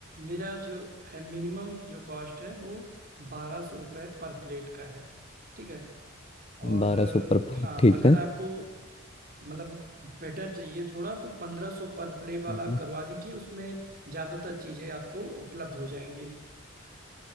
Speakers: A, on the right; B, on the left.
A: मेरा जो है मिनिमम जो कॉस्ट है वो बारह सौ रुपये पर प्लेट का है ठीक है और
B: बारह
A: अ,
B: सौ पर प्लेट
A: हाँ
B: ठीक
A: अगर
B: है
A: आपको मतलब बेटर चाहिए थोड़ा तो पंद्रह सौ पर प्लेट वाला
B: हम्म।
A: आप करवा दीजिए उसमें ज़्यादातर चीज़ें आपको उपलब्ध हो जाएंगी